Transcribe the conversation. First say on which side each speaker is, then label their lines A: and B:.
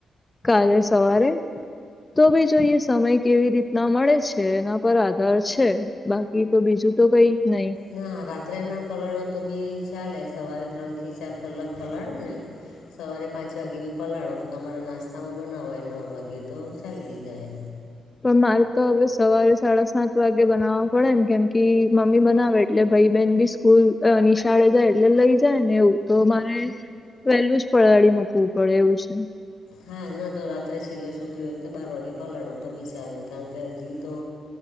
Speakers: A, on the left; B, on the left.
A: કાલે સવારે તો બી જોઈએ સમય કેવી રીતના મળે છે એના પર આ આધાર છે બાકી તો બીજું તો કઈ નઈ.
B: ના રાત્રે ના પલાળો તો બી ચાલે સવારે ત્રણથી ચાર કલાક પલાળો ને સવારે પાંચ વાગે બી પલાળો તો તમારે નાસ્તામાં બનાવવાય નવ વાગે તો ચાલી જાય
A: પણ મારે તો હવે સવારે સાડા સાત વાગે બનાવવા પડે ને કેમ કે મમ્મી બનાવે એટલે ભાઈ બેહેન બી સ્કૂલ‌ અ નિશાળે જાય એટલે લઈ જાય ને એવું તો મારે પેલું જ પલાળી મૂકવું પડે એવું છે.
B: હા ના તો રાત્રે છેલ્લે સુતી વખતે બાર વાગે પલાળો તો બી ચલે કારણ કે હજી તો